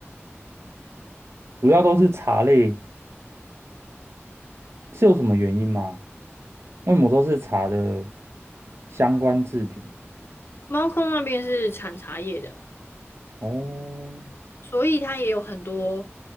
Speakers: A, on the right; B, on the left.
A: 主要都是茶类，是有什么原因吗？为什么都是茶的相关制品？
B: 猫空那边是产茶叶的，
A: 哦，
B: 所以它也有很多